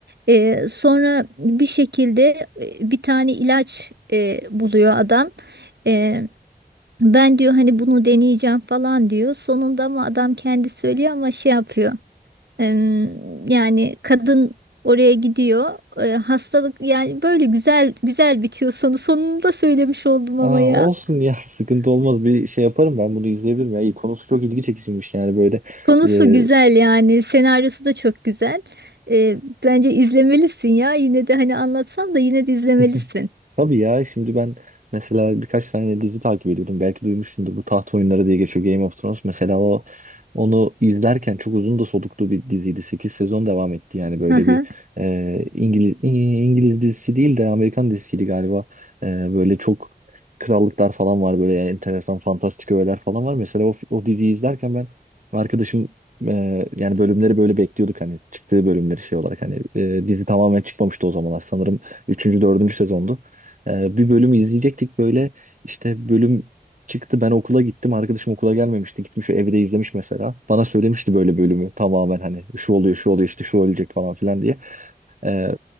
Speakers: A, on the right; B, on the right.
A: E, sonra bir şekilde e, bir tane ilaç e, buluyor adam. E, ben diyor hani bunu deneyeceğim falan diyor. Sonunda ama adam kendi söylüyor ama şey yapıyor. Em, yani kadın oraya gidiyor. E, hastalık yani böyle güzel güzel bitiyor sonu. Sonunu da söylemiş oldum
B: Aa,
A: ama ya.
B: olsun ya <laughs> sıkıntı olmaz bir şey yaparım ben bunu izleyebilirim ya İyi, konusu çok ilgi çekiciymiş yani böyle
A: Konusu
B: e,
A: güzel yani senaryosu da çok güzel. Ee, bence izlemelisin ya. Yine de hani anlatsam da yine de izlemelisin.
B: <laughs> Tabii ya şimdi ben mesela birkaç tane dizi takip ediyordum. Belki duymuşsundur bu Taht Oyunları diye geçiyor Game of Thrones. Mesela o onu izlerken çok uzun da soluklu bir diziydi. sekiz sezon devam etti yani böyle
A: Hı hı.
B: bir e, İngiliz İ- İngiliz dizisi değil de Amerikan dizisiydi galiba. E, böyle çok krallıklar falan var böyle enteresan fantastik öğeler falan var. Mesela o, o diziyi izlerken ben arkadaşım e, yani bölümleri böyle bekliyorduk hani çıktığı bölümleri şey olarak hani e, dizi tamamen çıkmamıştı o zamanlar sanırım Üçüncü, dördüncü sezondu. Ee, bir bölümü izleyecektik böyle. İşte bölüm çıktı. Ben okula gittim. Arkadaşım okula gelmemişti. Gitmiş evde izlemiş mesela. Bana söylemişti böyle bölümü. Tamamen hani şu oluyor, şu oluyor, işte şu ölecek falan filan diye. Ee,